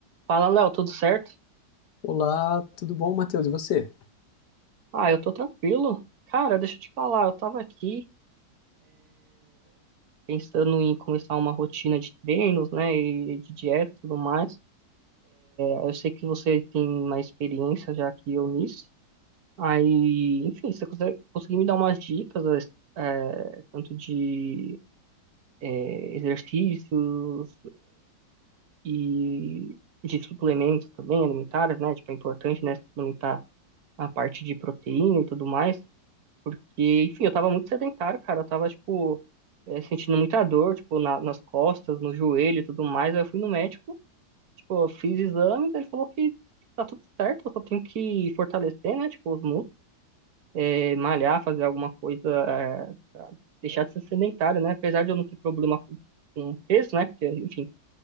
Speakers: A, on the right (about 60°); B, on the left (about 70°).
A: Fala, Léo, tudo certo?
B: Olá, tudo bom, Matheus? E você?
A: Ah, eu tô tranquilo. Cara, deixa eu te falar, eu tava aqui pensando em começar uma rotina de treinos, né, e de dieta e tudo mais. É, Eu sei que você tem mais experiência já que eu nisso. Aí, enfim, se você consegue, conseguir me dar umas dicas, é, tanto de é, exercícios e de suplementos também alimentares, né? Tipo, é importante, né, suplementar a parte de proteína e tudo mais. Porque, enfim, eu tava muito sedentário, cara. Eu tava, tipo, eh, sentindo muita dor, tipo, na- nas costas, no joelho e tudo mais. Aí eu fui no médico, tipo, eu fiz exames, ele falou que tá tudo certo, eu só tenho que fortalecer, né? Tipo, os músculos, eh, malhar, fazer alguma coisa, eh, pra deixar de ser sedentário, né? Apesar de eu não ter problema com, com peso, né? Porque, enfim,